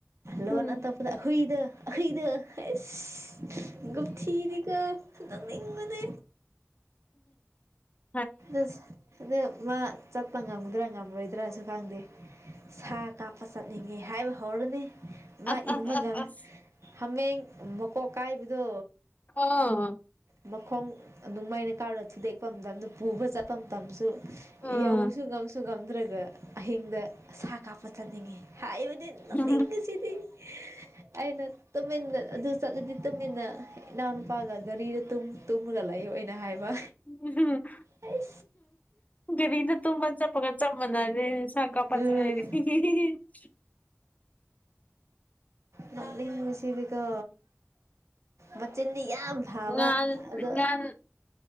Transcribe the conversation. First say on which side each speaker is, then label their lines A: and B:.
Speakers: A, on the right (about 85°); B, on the left (about 30°).
A: ꯂꯣꯟ
B: ꯎꯝ
A: ꯑꯇꯣꯄꯗꯈꯨꯗ ꯑꯈꯣꯏꯗ ꯑꯦꯁ ꯊꯤꯔꯒ ꯑꯗꯨꯉꯅꯦ
B: ꯎꯝ
A: ꯑ ꯑꯗꯨꯗ ꯃꯥ ꯆꯠꯄ ꯉꯝꯒꯗ꯭ꯔꯥ ꯉꯝꯔꯣꯏꯗ꯭ꯔꯁꯨ ꯈꯪꯗꯦ ꯁꯥ ꯀꯥꯞꯄ ꯆꯠꯅꯤꯡꯉꯦ ꯍꯥꯏꯕ ꯍꯧꯔꯅꯤ ꯃꯥ
B: ꯑ
A: ꯏꯟꯕ
B: ꯑ
A: ꯉꯝ
B: ꯑ ꯑ
A: ꯍꯥꯃꯦꯡ ꯃꯀꯣꯛ ꯀꯥꯏꯕꯗꯣ
B: ꯑꯥ
A: ꯃꯈꯣꯡ ꯅꯨꯡꯃꯥꯏꯅ ꯀꯥꯔꯗ ꯊꯨꯗꯦꯛꯄ ꯃꯇꯝꯗ ꯄꯨꯕ ꯆꯠꯄ ꯃꯇꯝꯁꯨ
B: ꯑꯁ
A: ꯌꯧꯁꯨ ꯉꯝꯁꯨ ꯉꯝꯗ꯭ꯔꯒ ꯑꯍꯤꯡꯗ ꯁꯥ ꯀꯥꯞꯄ ꯆꯠꯅꯤꯡꯉꯤ ꯍꯥꯏꯕꯗꯤ ꯇꯨꯝꯅꯤꯡꯒꯁꯤꯗꯤ
B: ꯑꯣ
A: ꯑꯩꯅ ꯇꯨꯃꯤꯟꯗ ꯑꯗꯨ ꯆꯠꯂꯗꯤ ꯃꯇꯨꯡꯨ ꯏꯟꯅ ꯏꯅꯥꯎꯅꯨꯄꯥꯒ ꯒꯥꯔꯤꯗ ꯇꯨꯝꯃꯒ ꯂꯩꯌ ꯑꯣꯏꯅ ꯍꯥꯏꯕ
B: ꯎꯝ ꯍꯝ
A: ꯑ
B: ꯀꯔꯤꯗ ꯇꯨꯝ ꯆꯄꯒ ꯆꯃꯅꯦ ꯁꯀꯥ ꯄꯇ꯭ꯔ
A: ꯎꯝ
B: <unintelligible> <unintelligible>
A: ꯅꯂꯤ ꯃꯁꯤꯁꯤꯕꯤꯀ ꯃꯆꯤꯟꯗꯤ ꯌꯥꯝ ꯐꯕ
B: ꯉꯥꯟ
A: ꯑꯣ
B: ꯉꯥꯟ